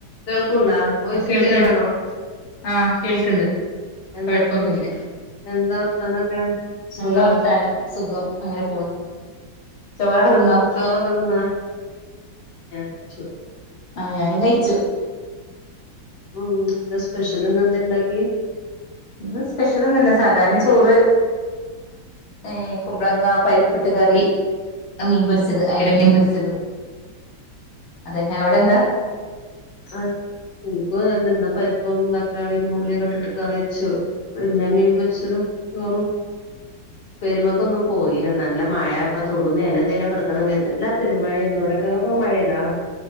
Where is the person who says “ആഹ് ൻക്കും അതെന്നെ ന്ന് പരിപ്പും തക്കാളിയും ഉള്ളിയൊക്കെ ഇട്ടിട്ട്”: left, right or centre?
Left